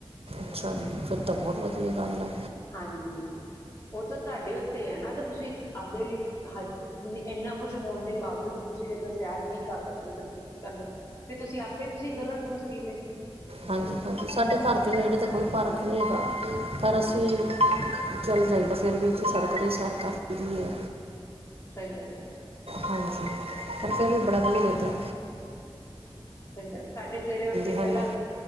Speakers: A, on the right (about 85°); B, on the left (about 30°).
A: ਅੱਛਾ ਜੀ, ਫਿਰ ਤਾਂ ਬਹੁਤ ਵਧੀਆ ਗੱਲ ਐ।
B: ਹਾਂਜੀ, ਉਹ ਤਾਂ ਤੁਹਾਡੇ ਉੱਤੇ ਐ ਨਾ, ਕਿ ਤੁਸੀਂ ਆਪਦੇ ਲਈ ਹਾਂਜੀ, ਇੰਨਾ ਕੁਛ ਹੋਣ ਦੇ ਬਾਵਜੂਦ ਤੁਸੀਂ ਜੇਕਰ ਸੈਰ ਨਹੀਂ ਕਰ ਸਕਦੇ ਤਾਂ ਕੀ ਕਰੁ ਫੇਰ ਤੁਸੀਂ ਆਪੇ ਤੁਸੀਂ ਗਲਤ ਓ ਉਸ ਚੀਜ਼ ਲਈ।
A: ਹਾਂਜੀ ਹਾਂਜੀ, ਸਾਡੇ ਘਰ ਦੇ ਨੇੜੇ ਤਾਂ ਕੋਈ ਪਾਰਕ ਨਹੀਂ ਹੈਗਾ ਪਰ ਅਸੀਂ ਚੱਲ ਜਾਈਦਾ ਫੇਰ ਵੀ ਇੱਥੇ ਸੜਕ ਤੇ ਸੈਰ ਕਰ ਲਈ ਦੀ ਐ।
B: ਸਹੀ ਗੱਲ ਐ।
A: ਹਾਂਜੀ, ਪਰ ਫਿਰ ਵੀ ਬੜਾ ਦਿਲ ਲਗਦਾ
B: ਸਹੀ ਗੱਲ, ਸਾਡੇ ਸਵੇਰੇ ਉੱਠ ਕੇ
A: ਹਨ
B: ਪਹਿਲਾਂ